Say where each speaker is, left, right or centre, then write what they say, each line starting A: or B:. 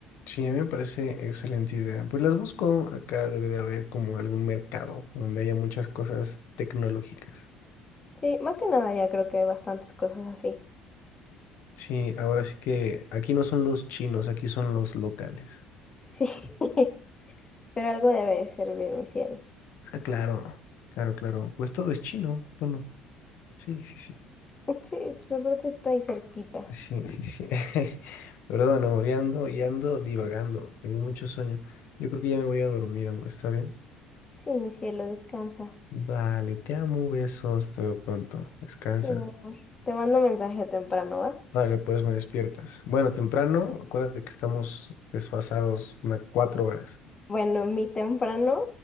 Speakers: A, on the left; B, on the left.
A: Sí, a mí me parece excelente idea. Pues las busco. Acá debe de haber como algún mercado donde haya muchas cosas tecnológicas.
B: Sí, más que nada ya creo que hay bastantes cosas así.
A: Sí, ahora sí que aquí no son los chinos, aquí son los locales.
B: Sí. <laughs> Pero algo debe de servir, mi cielo.
A: Ah, claro, claro, claro. Pues todo es chino. Bueno, sí, sí, sí.
B: <laughs> Sí, pues aparte está ahí cerquita.
A: Sí, sí, sí. <laughs> Perdón, amor, ya ando, ya ando divagando. Tengo mucho sueño. Yo creo que ya me voy a dormir, amor. ¿Está bien?
B: Sí, mi cielo, descansa.
A: Vale, te amo, besos. Te veo pronto. Descansa.
B: Sí, mi amor. Te mando un mensaje temprano, ¿va?
A: Vale, pues me despiertas. Bueno, temprano, acuérdate que estamos desfasados unas cuatro horas.
B: Bueno, mi temprano,